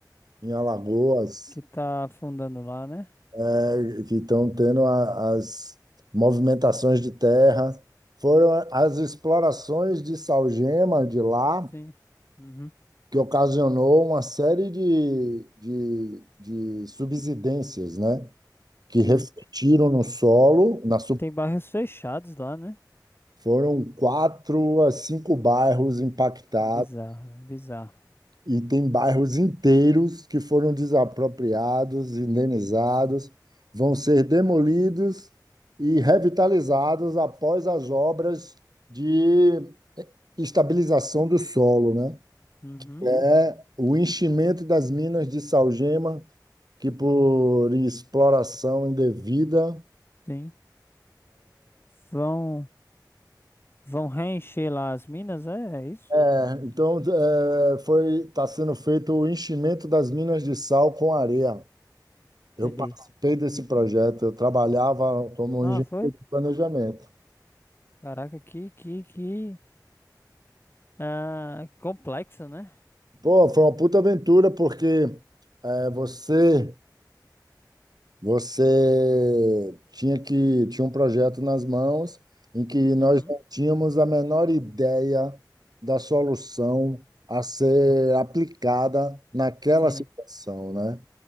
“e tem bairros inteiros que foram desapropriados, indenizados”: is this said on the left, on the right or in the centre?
Right